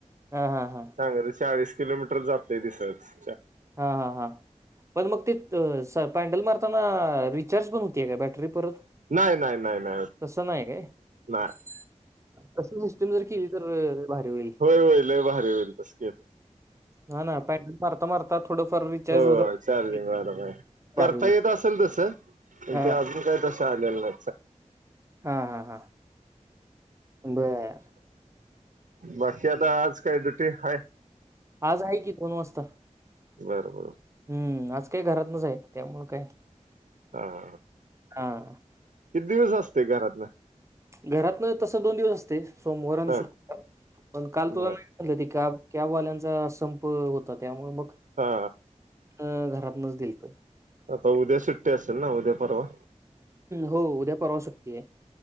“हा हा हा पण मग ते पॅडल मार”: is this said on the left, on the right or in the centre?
Right